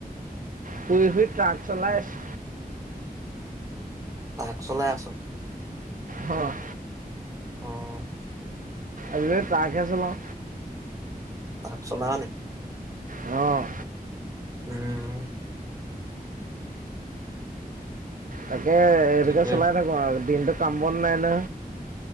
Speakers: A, on the right; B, on the right.
A: পুৰি শুই ট্ৰাক চলাই আছে।
B: তাক চলাই আছ।
A: অ',
B: অ',
A: আজি কালি ট্ৰাকহে চলাওঁ।
B: তাক চলাও নি?
A: অ',
B: উম,
A: তাকে এইটোকে
B: ঠিকে
A: চলাই থাকো আৰু দিনটো কাম বন নাই না।